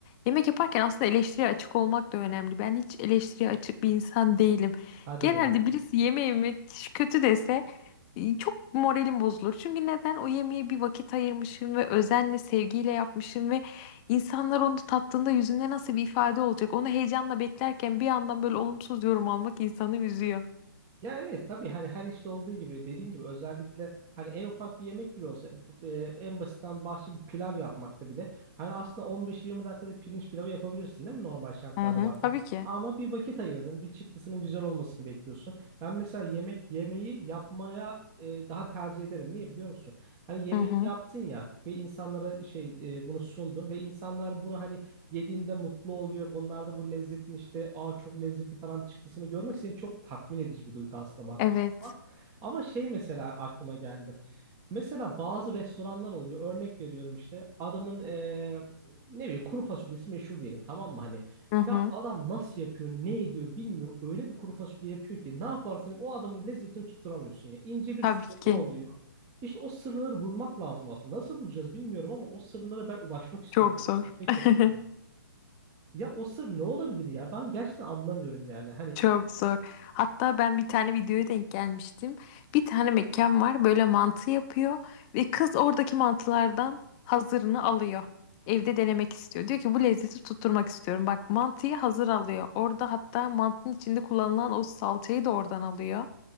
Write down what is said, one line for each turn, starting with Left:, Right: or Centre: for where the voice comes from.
Left: Yemek yaparken aslında eleştiriye açık olmak da önemli. Ben hiç eleştiriye açık bir insan değilim.
Right: Hadi
Left: Genelde
Right: ya.
Left: birisi yemeği yemek kötü dese e, çok moralim bozulur. Çünkü neden? O yemeğe bir vakit ayırmışım ve özenle, sevgiyle yapmışım ve İnsanlar onu tattığında yüzünde nasıl bir ifade olacak? Onu heyecanla beklerken bir yandan böyle olumsuz yorum almak insanı üzüyor.
Right: Ya evet tabii hani her işte olduğu gibi dediğin gibi özellikle hani en ufak bir yemek bile olsa b- e, en basitten bahşiş bir pilav yapmakta bile hani aslında 15-20 dakikada pirinç pilavı yapabilirsin değil mi normal şartlarda
Left: Hı hı,
Right: baktığında
Left: tabii ki.
Right: ama bir vakit ayırdın bir çıktısının güzel olmasını bekliyorsun. Ben mesela yemek yemeği yapmaya e, daha tercih ederim. Niye biliyor musun? Hani yemeği
Left: Hı hı,
Right: yaptın ya ve insanlara şey e, bunu sundun ve insanlar bunu hani yediğinde mutlu oluyor. Onlar da bu lezzetin işte aa çok lezzeti falan çıktısını görmek seni çok tatmin edici bir duygu aslında baktığın
Left: evet.
Right: zaman. Ama şey mesela aklıma geldi. Mesela bazı restoranlar oluyor. Örnek veriyorum işte adamın eee, ne bileyim kuru fasulyesi meşhur diyelim tamam mı hani.
Left: Hı hı,
Right: Ya adam nasıl yapıyor, ne ediyor bilmiyorum. Öyle bir kuru fasulye yapıyor ki ne yaparsan yap, o adamın lezzetini tutturamıyorsun ya. İnce bir
Left: tabii
Right: sırrı
Left: ki.
Right: oluyor. İşte o sırları bulmak lazım aslında. Nasıl bulacağız bilmiyorum ama o sırlara ben ulaşmak istiyorum.
Left: Çok
Right: Böyle
Left: zor.
Right: kafayı
Left: <laughs>
Right: takıyorum. Ya o sır ne olabilir ya? Ben gerçekten anlamıyorum yani. Hani
Left: Çok zor. Hatta ben bir tane videoya denk gelmiştim. Bir tane mekan var böyle mantı yapıyor ve kız oradaki mantılardan hazırını alıyor. Evde denemek istiyor. Diyor ki bu lezzeti tutturmak istiyorum. Bak mantıyı hazır alıyor. Orada hatta mantının içinde kullanılan o salçayı da oradan alıyor.